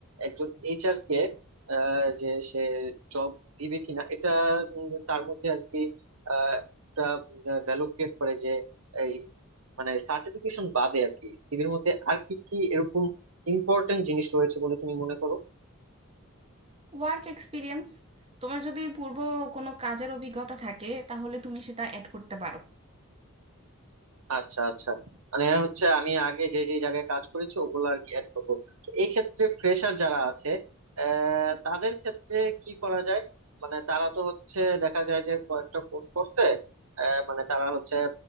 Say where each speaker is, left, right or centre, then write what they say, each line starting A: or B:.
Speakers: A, on the right (about 85°); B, on the right (about 30°).
A: একজন এইচআর কে আহ, যে সে জব দিবে কিনা এটা উম, তার মধ্যে আর কি একটা ভ্যালু ক্রিয়েট করে যে এই মানে সার্টিফিকেশন বাদে আর কি সিভির মধ্যে আর কি কি এরকম ইম্পর্টেন্ট জিনিস রয়েছে বলে তুমি মনে করো
B: ওয়ার্ক এক্সপিরিয়েন্স তোমার যদি পূর্ব কোনো কাজের অভিজ্ঞতা থাকে তাহলে তুমি সেটা অ্যাড করতে পারো
A: আচ্ছা আচ্ছা মানে হচ্ছে আমি আগে যে যে জায়গায় কাজ করেছি ওগুলো আর কি অ্যাড করবো তো এই ক্ষেত্রে ফ্রেশার যারা আছে আহ, তাদের ক্ষেত্রে কি করা যায় মানে তারা তো হচ্ছে দেখা যায় যে কয়েকটা কোর্স করছে আহ, মানে তারা হচ্ছে